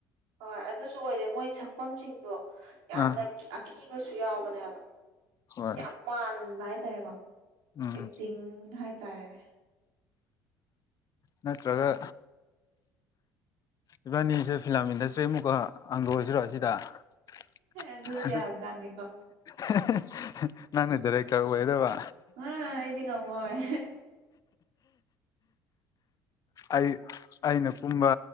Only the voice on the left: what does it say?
ꯑꯥ
ꯍꯣꯏ
ꯎꯝ
ꯅꯠꯇ꯭ꯔꯒ ꯏꯕꯥꯅꯤꯁꯦ ꯐꯤꯂꯝ ꯏꯟꯗꯁꯇ꯭ꯔꯤ ꯑꯃꯨꯛꯀ ꯍꯥꯡꯗꯣꯛꯁꯤꯔꯣ ꯁꯤꯗ ꯍꯦ
ꯍꯦ
ꯍꯦ ꯍꯦ ꯍꯦ ꯅꯪꯅ ꯗꯤꯔꯦꯛꯇꯔ ꯇꯔ ꯑꯣꯢꯗꯕ
ꯑꯩ ꯑꯩꯅ ꯀꯨꯝꯕ